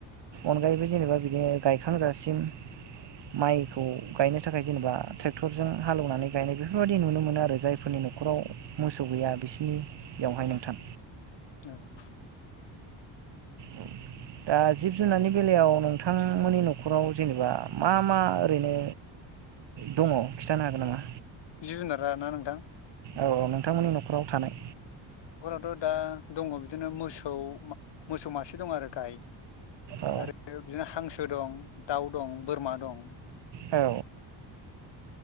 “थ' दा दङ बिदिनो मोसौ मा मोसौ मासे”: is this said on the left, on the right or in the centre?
Left